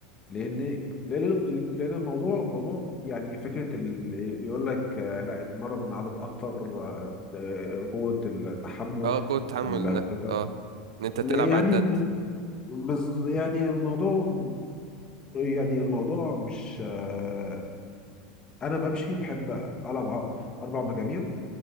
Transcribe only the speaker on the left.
لان لان لان الموضوع موضوع يعني فكره ال... يقول لك آه، لا اتمرن عدد اكتر آه، آه، قوه التحمل
ولا
بتاع
يعني
بز... يعني الموضوع يعني الموضوع مش آه، انا بمشي بحب العب ع- اربع مجاميع